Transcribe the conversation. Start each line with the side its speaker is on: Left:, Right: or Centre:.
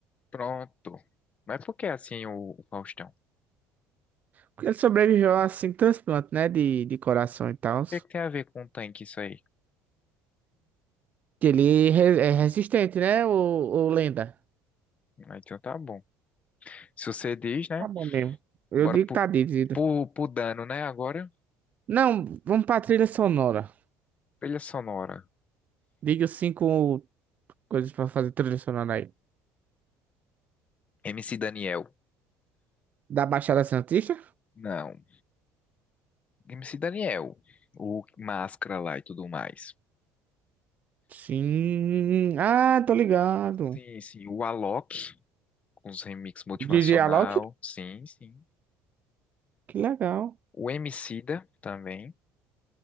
Left: Pronto. Mas por que assim o, o Faustão?
Right: Porque ele sobreviveu assim, transplante, né? De, de coração e tal.
Left: O que é que tem a ver com o tanque isso aí?
Right: Que ele é re- é resistente, né? O, o Lenda.
Left: Ah, Então tá bom. Se você diz, né?
Right: Tá bom mesmo. Eu
Left: Bora
Right: digo
Left: pro,
Right: que tá dito. Zito.
Left: pro, pro dano, né? Agora,
Right: Não, vamos pra trilha sonora.
Left: trilha sonora.
Right: Diga os cinco Coisas pra fazer trilha sonora aí.
Left: MC Daniel.
Right: Da Baixada Santista?
Left: Não. MC Daniel, o Máscara lá e tudo mais.
Right: Sim. Ah, tô ligado.
Left: Sim, sim. O Alok, com os remix motivacional,
Right: DJ Alok?
Left: sim, sim.
Right: Que legal.
Left: O Emicida também.